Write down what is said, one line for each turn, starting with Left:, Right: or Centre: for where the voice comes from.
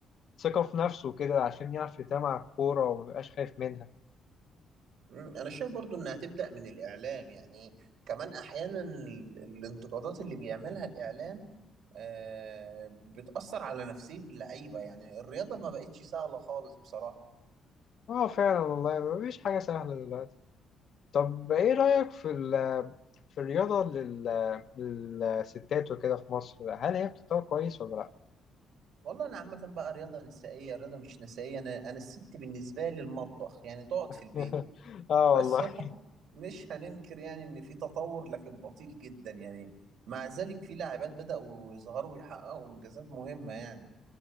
Left: ثقة في نفسه كده عشان يعرف يتابع على الكورة ومبيبقاش خايف منها
Right: مم، انا شايف برضو انها تبدأ من الإعلام يعني كمان احيانا ال... الانتقادات اللي بيعملها الإعلام آه، بتأثر على نفسية اللعيبة يعني الرياضة ما بقتش سهلة خالص بصراحة
Left: اه فعلا والله مفيش حاجة سهلة دلوقتي طب ايه رأيك في ال في الرياضة لل- للستات وكده في مصر هل هي بتتطور كويس ولا لأ؟
Right: والله أنا عامة بقى رياضة نسائية رياضة مش نسائية أنا أنا الست بالنسبة لي المطبخ يعني تقعد في
Left: <laughs>
Right: البيت
Left: اه
Right: بس
Left: والله
Right: هو مش هننكر يعني إن في تطور لكن بطيء جدا يعني مع ذلك في لاعبات بدأوا يظهروا ويحققوا إنجازات مهمة يعني